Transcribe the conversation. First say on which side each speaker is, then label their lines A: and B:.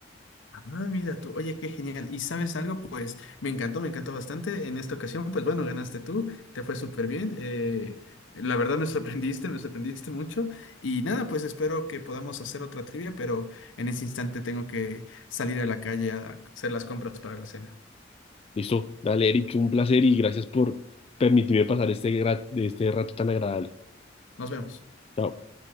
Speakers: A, on the left (about 85°); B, on the left (about 30°).
A: Ah, mira tú, oye, qué genial. ¿Y sabes algo? Pues me encantó, me encantó bastante. En esta ocasión, pues bueno, ganaste tú, te fue súper bien. eh, la verdad me sorprendiste, me sorprendiste mucho. Y nada, pues espero que podamos hacer otra trivia, pero en ese instante tengo que salir a la calle a hacer las compras para la cena.
B: Listo, dale, Eric, un placer y gracias por permitirme pasar este, gra- este rato tan agradable.
A: Nos vemos.
B: Chao.